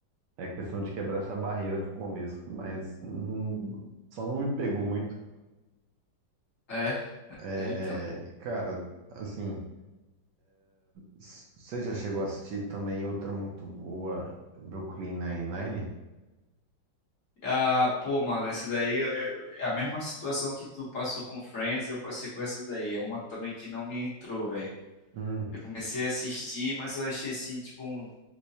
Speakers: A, on the right; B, on the left.
A: É questão de quebrar essa barreira do começo, mas não- só não me pegou muito.
B: é,
A: É,
B: é então.
A: cara, assim, s- você já chegou a assistir também outra muito boa, Brooklyn Nine-Nine?
B: Ah, pô, mano, essa daí é é a mesma situação que tu passou com Friends, eu passei com essa daí. É uma também que não me entrou, velho.
A: Hum,
B: Eu comecei a assistir, mas eu achei assim, tipo, um,